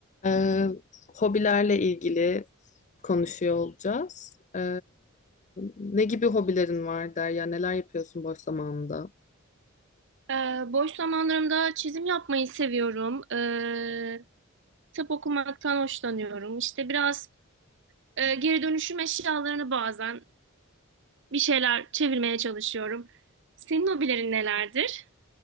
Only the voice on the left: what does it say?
Ee, hobilerle ilgili konuşuyor olacağız. Ee, ne gibi hobilerin var der ya neler yapıyorsun boş zamanında?